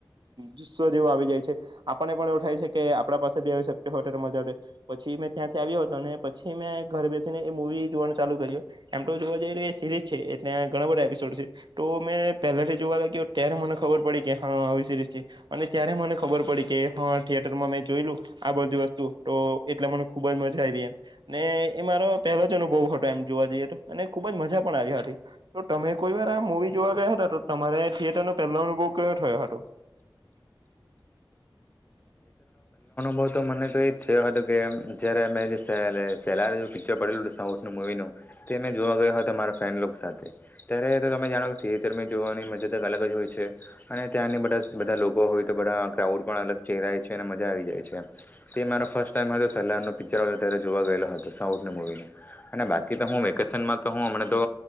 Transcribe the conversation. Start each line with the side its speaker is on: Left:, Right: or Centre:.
Right: જુસ્સો જેવો આવી જાય છે આપણને પણ એવો થાય છે કે આપણા પાસે હોમાંડ પછી મેં ત્યાંથી આવ્યો હતો અને પછી મેં ઘરે બેસીને એ મુવી જોવાનું ચાલુ કર્યું એમ તો જોવા જઈએ એ સિરીઝ છે એ ત્યાં ઘણા બધા એપિસોડ છે તો મેં પહેલાથી જોવા લાગ્યો ત્યારે મને ખબર પડી કે હા આવી સિરીઝ છે અને ત્યારે મને ખબર પડી કે હા થિયેટરમાં મેં જોયું. આ બધી વસ્તુ તો એટલે મને ખુબ જ મજા આવી એમ ને એ મારો પહેલો જ અનુભવ હતો એમ જોવા જઈએ તો અને ખુબ જ મજા પણ આવી હતી તો તમે કોઈ વાર આ મવી જોવા ગયા હતા તો તમારે થિયેટર નો પહેલો અનુભવ કયો થયો હતો.
Left: બહુ તો મને તો એ જ થયો હતો કે જ્યારે અમે જે સે સેલરે જે પિક્ચર પડેલું હતું સાઉથનું મૂવીનું તે મેં જોવા ગયો હતો મારા ફેનલો સાથે ત્યારે તો તમે જાણો કે થિયેટરમાં જોવાની મજદ એક અલગ જ હોય છે અને ત્યાંની બધા બધા લોકો હોય. બધું પણ અલગ ય છે અને મજા આવી જાય છે. તે મારો ફર્સ્ટ ટમ હતો સ ન પિક્ચર જોવા ગયેલો હતો સાઉથવી ન અને બાકી તો હું વેકેશનમાં તોમ તો